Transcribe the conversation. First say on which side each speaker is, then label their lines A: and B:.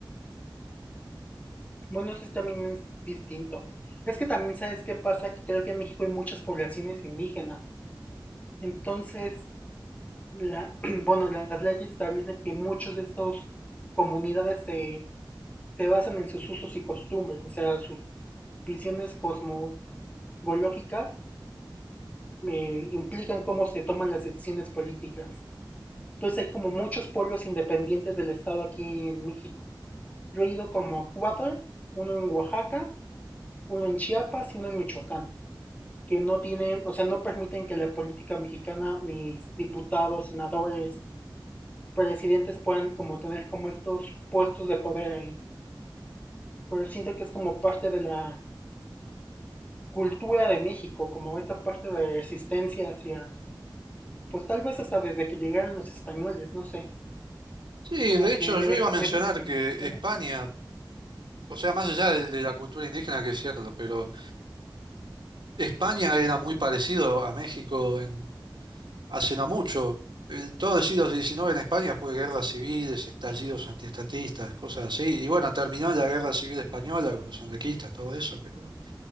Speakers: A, on the left; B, on the right.
A: Bueno, eso sí también es distinto. Es que también sabes qué pasa, que creo que en México hay muchas poblaciones indígenas. Entonces, la, <clears throat> bueno, las leyes establecen que muchos de estos comunidades se, se basan en sus usos y costumbres, o sea, sus visiones cosmogológicas eh, implican cómo se toman las decisiones políticas. Entonces hay como muchos polos independientes del Estado aquí en México. Yo he ido como a cuatro, uno en Oaxaca, uno en Chiapas y uno en Michoacán, que no tienen, o sea, no permiten que la política mexicana, mis diputados, senadores, presidentes puedan como tener como estos puestos de poder ahí. Pero siento que es como parte de la cultura de México, como esa parte de resistencia hacia pues tal vez hasta desde que llegaron los españoles, no sé,
B: Sí,
A: como
B: de
A: que
B: hecho
A: me
B: yo
A: deja,
B: iba a mencionar
A: me deja
B: que
A: como-
B: España... O sea, más allá de, de la cultura indígena, que es cierto, pero España era muy parecido a México en, hace no mucho. El- todo el siglo XIX en España fue guerras civiles, estallidos antiestatistas, cosas así. Y bueno, terminó en la guerra civil española con los anarquistas, todo eso. Pero